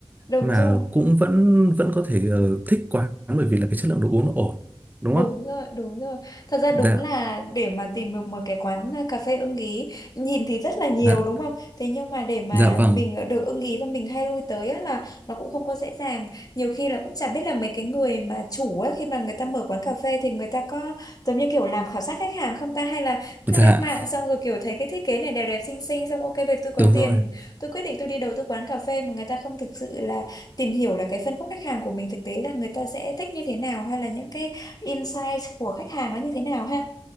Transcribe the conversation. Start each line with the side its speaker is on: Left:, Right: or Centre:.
Left: đúng
Right: mà
Left: rồi
Right: cũng vẫn vẫn có thể ờ, thích quán bởi vì là cái chất lượng đồ uống nó ổn đúng
Left: Đúng
Right: không?
Left: rồi, đúng rồi. Thật ra
Right: Dạ
Left: đúng là để mà tìm được một cái quán à, cà phê ưng ý, nhìn thì rất là nhiều
Right: dạ
Left: đúng không? Thế nhưng mà để mà
Right: dạ vâng
Left: mình ờ, được ưng ý và mình hay lui tới á, là nó cũng không có dễ dàng. Nhiều khi là cũng chả biết là mấy cái người mà chủ á, khi mà người ta mở quán cà phê thì người ta có giống như kiểu làm khảo sát khách hàng không ta? Hay là cứ
Right: dạ
Left: lên mạng xong rồi kiểu thấy cái thiết kế này đẹp đẹp xinh xinh xong ok về tôi có
Right: đúng
Left: tiền,
Right: rồi
Left: tôi quyết định tôi đi đầu tư quán cà phê mà người ta không thực sự là tìm hiểu là cái phân khúc khách hàng của mình thực tế là người ta sẽ thích như thế nào hay là những cái insight của khách hàng nó như thế nào ha